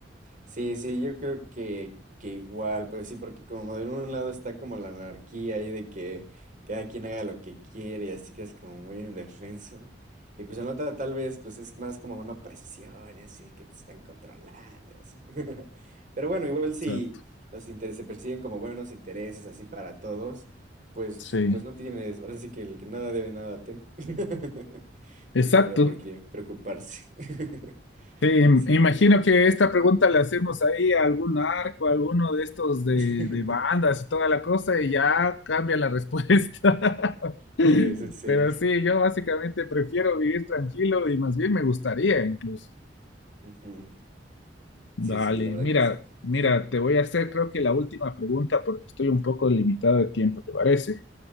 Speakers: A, on the right; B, on the left.
A: Sí, sí, yo creo que, que igual, pues sí, porque como de un lado está como la anarquía ahí de que cada quien haga lo que quiere y así que es como muy indefenso. Y pues en la otra tal vez pues es más como una presión y así que te están controlando y así. <laughs> Pero bueno, igual si
B: Exacto.
A: los intereses se persiguen como buenos intereses así para todos, pues
B: Sí.
A: pues no tienes, ahora sí que el que nada debe nada teme. <laughs>
B: Exacto.
A: Si no habría por qué preocuparse. <laughs>
B: Sí, im-
A: Sí.
B: imagino que esta pregunta la hacemos ahí a algún arco, a alguno de estos de,
A: <laughs>
B: de bandas y toda la cosa, y ya cambia la respuesta. <laughs>
A: Sí, sí, sí.
B: Pero sí, yo básicamente prefiero vivir tranquilo y más bien me gustaría incluso.
A: Ujú.
B: Dale,
A: Sí, sí, la verdad
B: mira,
A: que sí.
B: mira,
A: <laughs>
B: te voy a hacer creo que la última pregunta porque estoy un poco limitado de tiempo, ¿te parece?